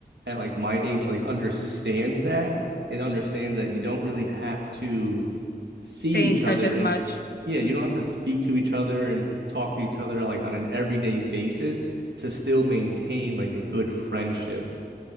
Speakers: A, on the right; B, on the left.
A: at like my age like understands that and understands that you don't really have to see
B: Stay
A: each
B: in touch
A: other
B: as
A: and
B: much.
A: yeah, you don't have to speak to each other and talk to each other like on an everyday basis to still maintain like a good friendship.